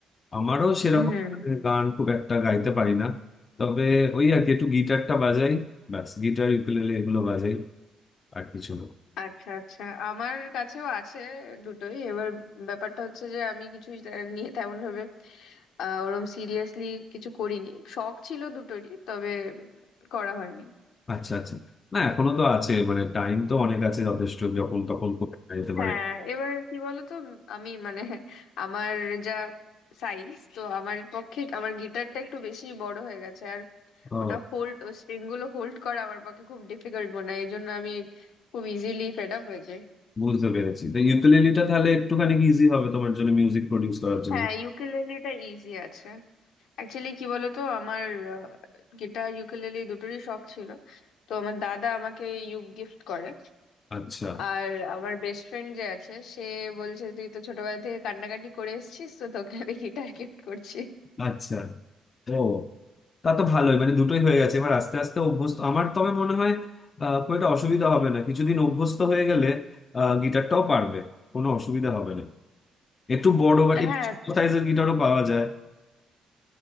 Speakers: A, on the left; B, on the left.
A: আমারও সেরকম
B: হুম
A: মানে গান খুব একটা গাইতে পারি না তবে ওই আর কি একটু গিটারটা বাজাই ব্যাস গিটার ইউকুলেলে এগুলো বাজাই আর কিছু না
B: আচ্ছা আচ্ছা আমার কাছেও আছে দুটোই এবার ব্যাপারটা হচ্ছে যে আমি কিছু তে- নিয়ে তেমন ভাবে আহ, ওরম সিরিয়াসলি কিছু করিনি শখ ছিল দুটোরই তবে উম, করা হয়নি
A: আচ্ছা আচ্ছা না এখনো তো আছে মানে টাইম তো অনেক আছে যথেষ্ট যখন তখন করতে যেতে পারে
B: হ্যাঁ এবার কি বলতো আমি মানে আমার যা সাইজ তো আমার পক্ষে আমার গিটারটা একটু বেশি বড় হয়ে গেছে আর
A: ও
B: ওটা হোল্ড ও স্ট্রিং গুলো হোল্ড করা আমার পক্ষে খুব ডিফিকাল্ট মনে হয় এই জন্য আমি খুব ইজিলি ফেড আপ হয়ে যাই
A: বুঝতে পেরেছি তো ইউকুলেলিটা তাহলে একটুখানি ইজি হবে তোমার জন্য মিউজিক প্রডিউস করার জন্য
B: হ্যাঁ ইউকেলেলেটা ইজি আছে অ্যাকচুয়ালি কি বলতো আমার গিটার ইউকেলেলে দুটোরই শখ ছিল তো আমার দাদা আমাকে ইউক গিফট করে
A: আচ্ছা
B: আর আমার বেস্ট ফ্রেন্ড যে আছে সে বলছে তুই তো ছোটবেলা থেকে কান্নাকাটি করে এসেছিস তো তোকে আমি গিটার গিফট করছি
A: আচ্ছা ও তা তো ভালোই মানে দুটোই হয়ে গেছে এবার আস্তে আস্তে অভ্যস্ত আমার তবে মনে হয় আহ, খুব একটা অসুবিধা হবে না কিছুদিন অভ্যস্ত হয়ে গেলে আহ, গিটারটাও পারবে কোনো অসুবিধা হবে না একটু বড় বা একটু
B: হ্যাঁ
A: সাইজের গিটারও পাওয়া যায়